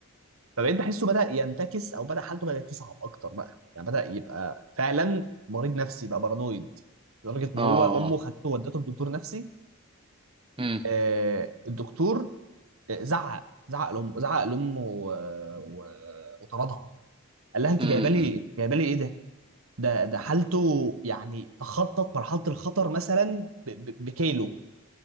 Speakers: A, on the right (about 65°); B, on the right (about 25°).
A: فبقيت بحسه بدا ينتكس او بدا حالته بدات تصعب اكتر بقى يعني بدا يبقى فعلا مريض نفسي بقى بارانويد لدرجه ان
B: اه
A: هو امه خدته ودته لدكتور نفسي
B: أمم،
A: آه، الدكتور آه، زعق زعق لام زعق لامه و- و- وطردها قال لها انت
B: أمم،
A: جايبه لي
B: أمم،
A: جايبه لي ايه ده ده ده حالته يعني تخطط مرحله الخطر مثلا ب- ب- بكيلو